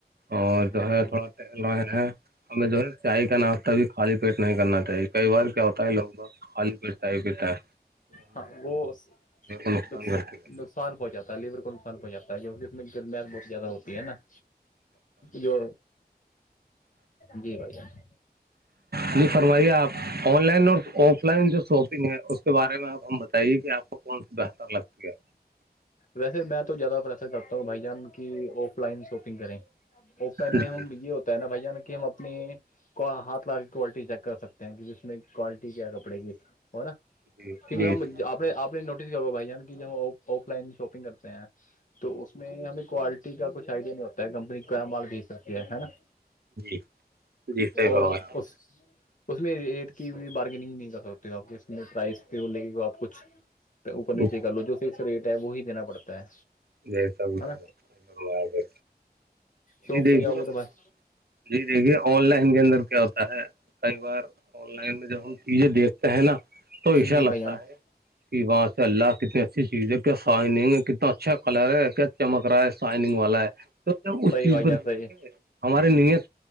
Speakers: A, on the right; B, on the left.
A: اور جو ہے
B: وہ
A: تھوڑا سے- چل رہے ہیں ہمیں جو ہے چائے کا ناشتہ بھی خالی پیٹ نہیں کرنا چاہیے کئی بار کیا ہوتا ہے لوگ باگ- خالی پیٹ چائے پی جائے-
B: ہاں وہ اس
A: نقصان
B: دس- دس
A: کرتی ہے
B: نقصان پوہ چاتا ہے لیور کو نقصان پہنچاتا ہے کیونکہ اسمیں جمجیںم بہت زیادہ ہوتی ہے نا- جو جی بھائی جان-
A: جی فرمائیے آپ آن لائن اور آف لائن جو شاپ- ہے اس کے بارے میں آپ ہم بتائیے کہ آپ کون سا بہتر لگتی ہے-
B: ویسے میں تو زیادہ پریفر کرتا ہوں بھائی جان کی آف لائن شاپنگ کریں- آف لائن میں
A: جی
B: ہم یہ ہوتا ہے نا بھائی جان کہ ہم اپنے- کو ہاتھ لگاکر کوالٹی چیک کر سکتے ہیں کہ جس میں کوالٹی کیا ہے کپڑے کی- اور حا
A: جی
B: کیونکہ ہم
A: جی جی
B: آپ نے آپ نے نوٹس کیا ہو گا بھائی جان کی جب ہم آف لائن- شاپنگ کرتے ہیں تو اس میں ہمیں کوالٹی- کا کچھ آئیڈیا نہیں ہوتا ہے کمپنی کا مال بھی سکتے ہے نا-
A: جی جی صحیح
B: اور
A: فرمایا آپ
B: اس- اس میں ایٹ کی بارگینگ نہیں کر سکتے ہو آپ ایکپرسائز کے بو لےکے آپ کچھ- اوپر نیچے
A: نے۔
B: کر لو جو فکس ریٹ ہے وہ ہی دینا پڑتا ہے،
A: جی جیسا جیسا
B: نا- شوپ
A: جی دیکھیے
B: پہ جاؤ گے تمار-
A: جی دیکھیے آن لائن کے اندر کیا ہوتا ہے کئی بار- آن لائن میں جب ہم چیزیں دیکھتے ہیں نا تو ایسا
B: جی
A: لگتا
B: بھائی جان
A: ہے- کہ وہاں سے اللہ کتنی اچھی چیز ہے کیا سائننگ ہے کتنا اچھا کلر ہے کیا چمک رہا ہے- سائننگ والا ہے تو اس
B: صحیح
A: چیز
B: بھائی
A: کو
B: جان
A: دیکھ
B: صحیح
A: کے- ہماری نییت